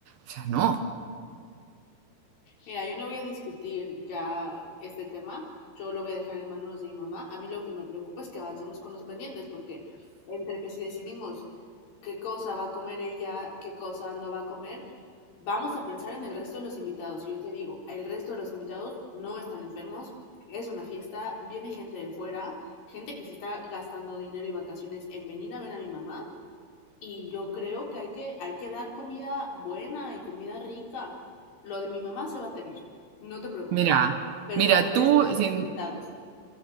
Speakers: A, on the right (about 70°); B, on the left (about 55°).
A: O sea, no.
B: Mira, yo no voy a discutir ya este tema, yo lo voy a dejar en manos de mi mamá. A mí lo que me preocupa es que avancemos con los pendientes, porque entre que si decidimos qué cosa va a comer ella, qué cosa no va a comer, vamos a pensar en el resto de los invitados. Y yo te digo, el resto de los invitados no están enfermos, es una fiesta, viene gente de fuera, gente que se está gastando dinero y vacaciones en venir a ver a mi mamá y yo creo que hay que, hay que dar comida buena y comida rica. Lo de mi mamá se va a tener, no te preocupes.
A: Mira,
B: Pero
A: mira,
B: para el
A: tú,
B: resto de los
A: sin-
B: invitados,